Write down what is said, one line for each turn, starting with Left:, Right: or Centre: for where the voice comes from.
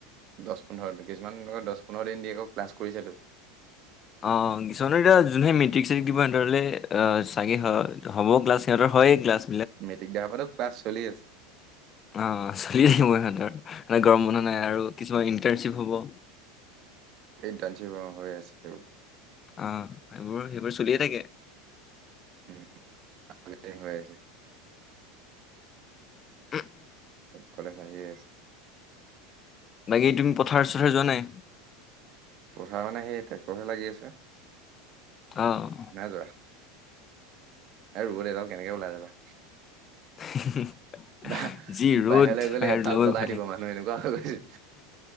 Right: দছ পোন্ধৰ দিন, কিছুমান আকৌ দছ পোন্ধৰ দিন দি আকৌ ক্লাছ কৰিছেতো।
Left: অ', কিছমানৰ এতিয়া, যোনে মেট্ৰিক ছেট্ৰিক দিব, সিহঁতৰলে চাগে হ, হ'ব ক্লাছ সিহতৰ। হয়েই ক্লাচ।
Right: মেট্ৰিক দিয়াসোপাটো ক্লাছ চলি আছে।
Left: অ', চলি থাকিব সিহঁতৰ, গৰম বন্ধ নাই আৰু কিছুমান ইণ্টাৰ্ণশ্বিপ হ'ব।
Right: ইন্টাৰ্নশ্বিপ অ' হৈ আছেও।
Left: অ', সেইবোৰ, সেইবোৰ চলিয়েই থাকে।
Right: <unintelligible> হৈ আছে।
Left: উম।
Right: কলেজ আহিয়েই আছে।
Left: বাকি তুমি পথাৰ চথাৰ যোৱা নাই।
Right: পথাৰ মানে সেই ট্ৰেক্টৰহে লাগি আছে।
Left: অহ।
Right: নাই যোৱা আৰু ৰ'দ এইডাল, কেনেকে ওলাই যাবা?
Left: <unintelligible>
Right: বা
Left: যি ৰ'দ
Right: বাহিৰলৈ গ'লে
Left: বাহিৰত
Right: এফাল
Left: ওলাবই
Right: জ্বলাই
Left: ভয়
Right: দিব,
Left: লাগে।
Right: মানুহ এনেকুৱা হৈ গৈছে।